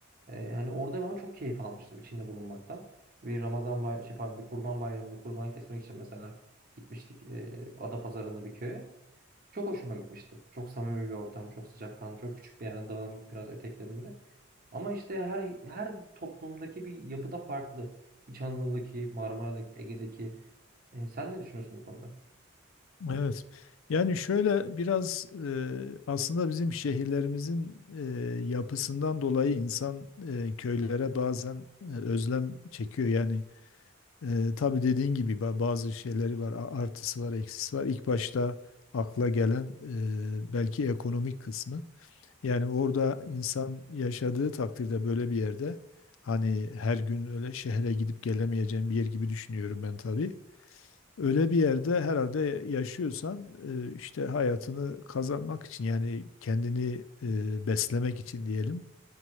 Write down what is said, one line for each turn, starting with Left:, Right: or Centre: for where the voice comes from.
Right: E, hani orada ama çok keyif almıştım içinde bulunmaktan. Bir Ramazan bay şey pardon, bir Kurban Bayramı'nda kurban kesmek için mesela gitmiştik e, Adapazarı'nda bir köye. Çok hoşuma gitmişti. Çok samimi bir ortam, çok sıcakkanlı, çok küçük bir yer, dağın biraz eteklerinde. Ama işte her her toplumdaki bir yapıda farklı. İç Anadolu'daki, Marmara'daki, Ege'deki. E, sen ne düşünüyorsun bu konuda?
Left: Evet. Yani şöyle biraz e, aslında bizim şehirlerimizin e, yapısından dolayı insan e, köylere bazen e, özlem çekiyor. Yani e, tabii dediğin gibi ba- bazı şeyleri var, a- artısı var, eksisi var. İlk başta akla gelen e, belki ekonomik kısmı. Yani orada insan yaşadığı takdirde böyle bir yerde hani her gün öyle şehre gidip gelemeyeceğim bir yer gibi düşünüyorum ben tabii. Öyle bir yerde herhalde yaşıyorsan e, işte hayatını kazanmak için yani kendini e, beslemek için diyelim